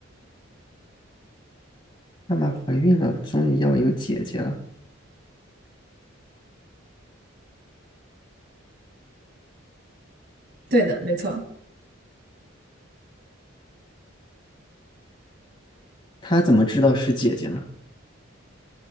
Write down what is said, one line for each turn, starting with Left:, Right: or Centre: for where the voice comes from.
Left: 妈妈怀孕了，终于要有姐姐了，
Right: 对的，没错。
Left: 她怎么知道是姐姐呢？